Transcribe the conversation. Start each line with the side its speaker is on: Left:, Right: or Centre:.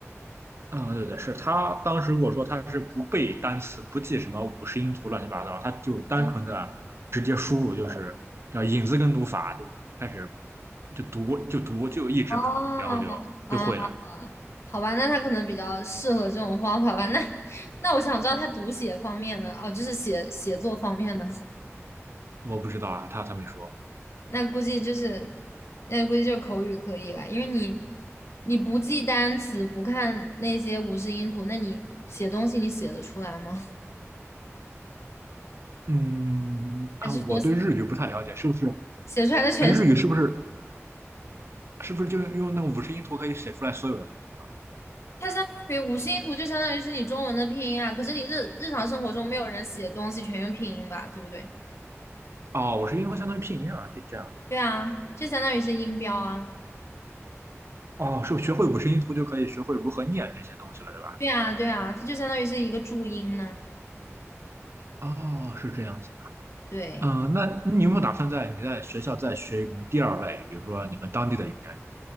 Right: 啊、对对，是他当时跟我说他是不背单词，不记什么五十音图乱七八糟，他就单纯的直接输入，
Left: 嗯
Right: 就是叫引字根读法，就是开始就读就读就一直读，
Left: 哦，
Right: 然后就就会了。
Left: 啊，好吧，那他可能比较适合这种方法吧。那那我想知道他读写方面呢？哦，就是写写作方面呢？
Right: 我不知道啊，他他没说。
Left: 那估计就是，那估计就是口语可以吧？因为你你不记单词，不看那些五十音图，那你写东西你写得出来吗？
Right: 嗯啊，
Left: 还是说写
Right: 我对日语不太了解，是不是？
Left: 写出来的全是？
Right: 哎，日语是不是是不是就用那个五十音图可以写出来所有的东西？
Left: 它相当于五十音图，就相当于是你中文的拼音啊。可是你日日常生活中没有人写东西全用拼音吧，对不对？
Right: 哦，五十音图相当于拼音啊，这这样。
Left: 对啊，就相当于是音标啊。
Right: 哦，是学会五十音图就可以学会如何念这些东西了，对
Left: 对啊，对啊，它就相当于是一个注音呢。
Right: 吧？哦，是这样子的。
Left: 对，
Right: 嗯、那那你有没有打算在你在学校再学一门第二外语，比如说你们当地的语言？